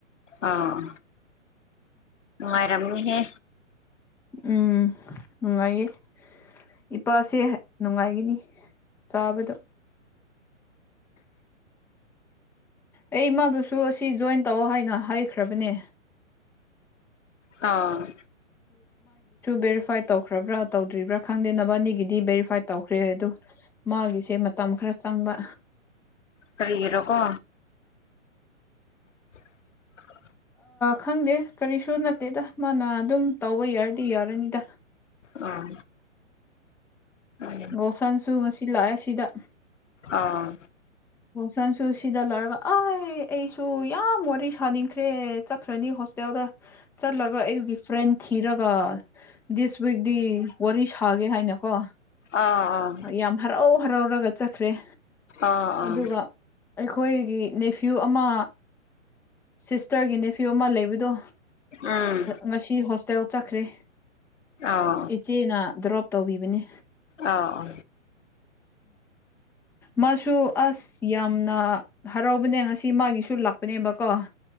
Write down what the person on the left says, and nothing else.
ꯑꯥꯎ ꯃꯥꯏꯔꯝꯅꯤꯍꯦ
ꯑ
ꯐꯔꯤꯔꯣꯀꯣ <unintelligible>
ꯑꯥ ꯑꯥ
ꯑꯥ
ꯑꯥ ꯑꯥ
ꯑꯥ ꯑꯥ
ꯎꯝ
ꯑꯥ
ꯑꯥ ꯑꯥ꯫